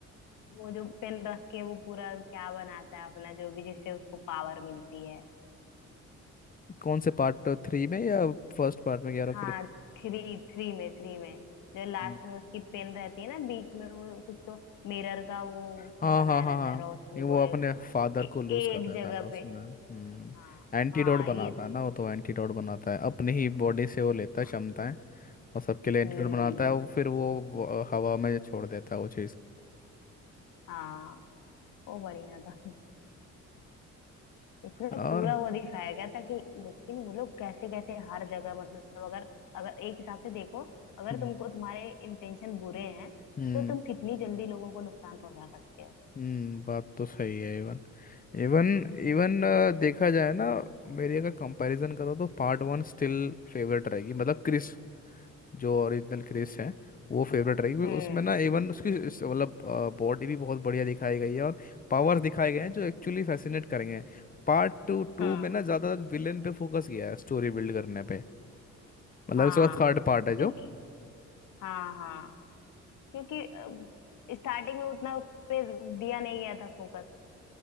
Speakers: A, on the left; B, on the left.
A: वो जो पेन रख के वो पूरा क्या बनाता है अपना जो भी जिससे उसको पावर मिलती है
B: कौन से पार्ट थ्री में या फर्स्ट पार्ट में कह रहा
A: हाँ थ्री थ्री में थ्री में जो लास्ट
B: हूँ
A: में उसकी पेन रहती है ना बीच में वो कुछ तो मिरर का वो
B: हाँ
A: उसने बनाया
B: हाँ हाँ
A: रहता
B: हाँ
A: है रोशनी
B: ये वो
A: को ए,
B: अपने फादर
A: ए,
B: को लूज
A: एक
B: कर देता
A: जगह
B: है ना उसमें
A: पे
B: हम्म
A: हाँ
B: एंटीडोट
A: हाँ
B: बनाता
A: ये तो
B: है ना
A: है
B: वो तो एंटीडोट बनाता है अपनी ही बॉडी से वो लेता है
A: हाँ
B: क्षमताएं और सबके लिए एंटीडोट
A: हम्म
B: बनाता है वो फिर वो वो हवा में छोड़ देता है वो चीज़
A: हाँ वो बढ़िया था इसमें
B: और
A: पूरा वो दिखाया गया था कि लेकिन वो लोग कैसे कैसे हर जगह मतलब अगर अगर एक हिसाब से देखो अगर
B: हम्म
A: तुमको तुम्हारे इंटेंशन बुरे हैं
B: हम्म
A: तो तुम कितनी जल्दी लोगों को नुकसान पहुंचा सकते हो
B: हम्म, बात तो सही है इवन इवन इवन देखा जाए ना मेरी अगर कंपैरिजन करो तो पार्ट वन स्टिल फेवरेट रहेगी मतलब क्रिस जो ओरिजिनल क्रिस है वो फेवरेट रहेगी क्योंकि
A: हम्म
B: उसमें ना इवन उसकी इस- मतलब बॉडी भी बहुत बढ़िया दिखाई गई है और पावर्स दिखाए गए हैं जो एक्चुअली फैसिनेट करेंगे पार्ट टू टू
A: हाँ
B: में ना ज़्यादा विलेन पे फोकस किया है स्टोरी बिल्ड करने पे मतलब
A: हाँ
B: इसका थर्ड पार्ट है जो
A: क्योंकि हाँ हाँ क्योंकि स्टार्टिंग में उतना उस पे दिया नहीं गया था फोकस